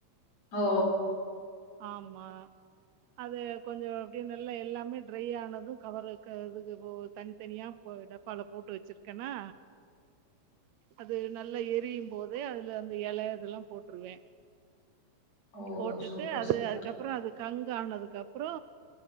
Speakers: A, on the left (about 65°); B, on the right (about 75°).
A: ஓ
B: ஆமா அது கொஞ்சோ அப்டினுல்ல எல்லாமே ட்ரை ஆனது கவர்ரு இதுக்கு தனித்தனியா ஒரு டப்பால போட்டு வச்சிருக்கேனா அது நல்லா எரியு போது அதுல அந்த இல இதெல்லா போட்டுருவே
A: ஓ
B: போட்டுட்டு
A: சூப்பர்
B: அது
A: சூப்பர்
B: அதுக்கப்றோ அது கங் ஆனதுக்கு அப்றோ